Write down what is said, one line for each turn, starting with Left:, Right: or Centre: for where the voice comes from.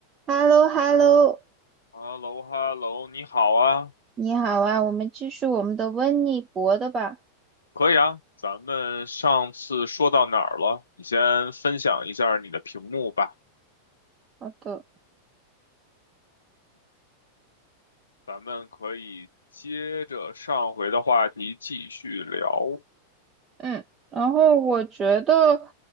Right: h e l l o h e l l o
Left: 哈喽哈喽，你好啊，
Right: 你好啊，我们继续我们的温尼伯的吧。
Left: 可以啊，咱们上次说到哪儿了？你先分享一下你的屏幕吧，
Right: 好的，
Left: 咱们可以接着上回的话题继续聊，
Right: 嗯，然后我觉得，